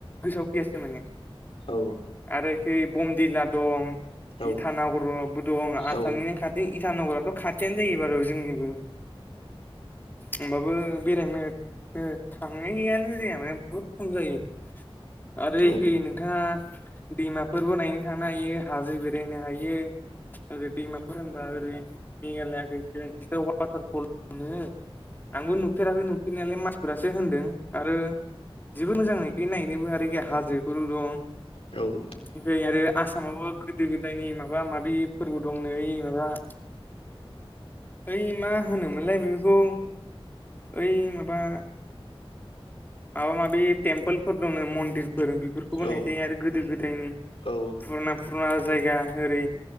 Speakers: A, on the left; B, on the left.
A: गोसोआव फैयासे माने
B: औ
A: आरोखै बमदिलला दं
B: औ
A: इटानगरबो दं
B: औ
A: आसामनिनो खाथि ओइ इथानगरथ' खाथियानो जायो बारु जोंनिबो होमबाबो बेरायनो बो थांनायआानो जाया माने बहुत खम जायो आरो एखे
B: औ
A: नोंथाङा दैमाफोरबो नायनो थांनो हायो हाजो बेरायनो हायो ओरै दैमाफोर होनबा ओरै मेघालायाखै बेसट वाटारफल मोनो आंबो नुफेराखै नुफेरनायालाय मानसिफोरासो होनदों आरो जेबो मोजां नायखै नायनोबो आरोखि हाजिरोफोरबो दं
B: औ
A: ओमफ्राय आरो आसामावबो गोदो गोदायनि माबा माबि फोरबो दंनो ओइ माबा ओइ मा होनोमोनलाय बेफोरखौ ओइ माबा माबा माबि टेम्पोलफोर दङ मन्दिरफोर बेफोरखौबो
B: औ
A: नायजायो आरो गोदो गोदायनि
B: औ
A: फुराना फुराना जायगा ओरै